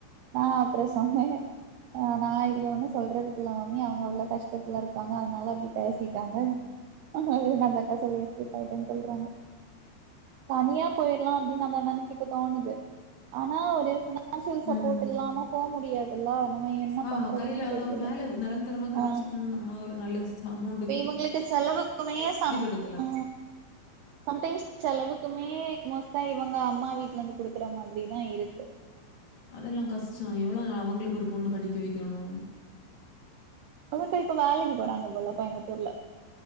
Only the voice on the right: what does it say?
நா அப்புறோ சொன்னே ஆ நா இதுல ஒன்னு சொல்றதுக்கிலல் மாமி அவுங்க அவ்ள கஷ்டத்துல இருக்காங்க அத் னால அப்டி பேசிட்டாங்க அப்டின் அந்த அக்கா சொல்லி எஸ்கேப் ஆய்ட்டேன் சொல்றாங்க தனியா போயிற்லா அப்டின் அந்த அண்ணனுக் இப்ப தோணுது ஆனா ஒரு ஃபின் னான்சியல்
சப்போட் இல்லாம போ முடியாது எல்லா நம்ம என்ன
பண்றதுனே
தெரியல
ஆ
இவங்களுக்கு செலவுக்குமே சம்
ஆ சம்டைம்ஸ் செலவுக்குமே மோஸ்ட்டா இவங்க அம்மா வீட்லந்து குடுக்குற மாதிரி தா இருக்கு
அந்தக்கா இப்ப வேலைக்கு போறாங்க போல கோயம்புத்தூர்ல